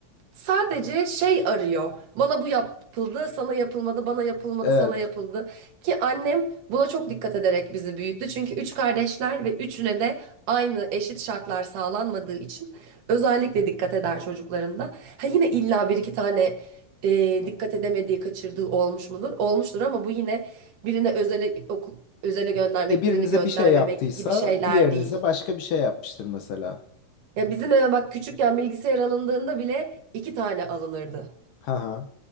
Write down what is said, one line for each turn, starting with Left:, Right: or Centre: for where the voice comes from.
Right: Sadece şey arıyor. Bana bu yapıldı, sana yapılmadı, bana yapılmadı,
Left: Evet.
Right: sana yapıldı. Ki annem buna çok dikkat ederek bizi büyüttü. Çünkü üç kardeşler ve üçüne de aynı eşit şartlar sağlanmadığı için özellikle dikkat eder çocuklarında. Ha yine illa bir iki tane e, dikkat edemediği, kaçırdığı olmuş mudur? Olmuştur ama bu yine birine özele okul özele göndermek,
Left: E birinize
Right: birini göndermemek
Left: bir şey yaptıysa
Right: gibi şeyler
Left: diğerinize
Right: değil.
Left: başka bir şey yapmıştır mesela.
Right: Ya bizim eve bak küçükken bilgisayar alındığında bile iki tane alınırdı.
Left: Haha.